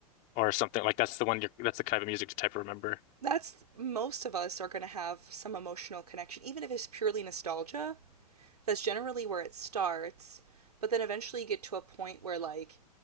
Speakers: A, on the left; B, on the right.
A: or something. Like that's the one you're that's the kind of music to type of remember.
B: That's most of us are going to have some emotional connection, even if it's purely nostalgia. That's generally where it starts. But then eventually you get to a point where, like,